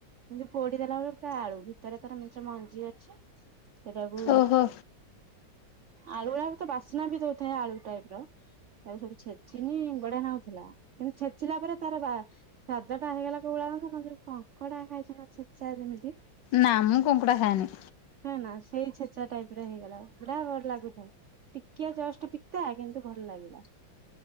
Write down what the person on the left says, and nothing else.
ଓହୋ
ନା, ମୁଁ କଙ୍କଡ଼ା ଖାଏନି।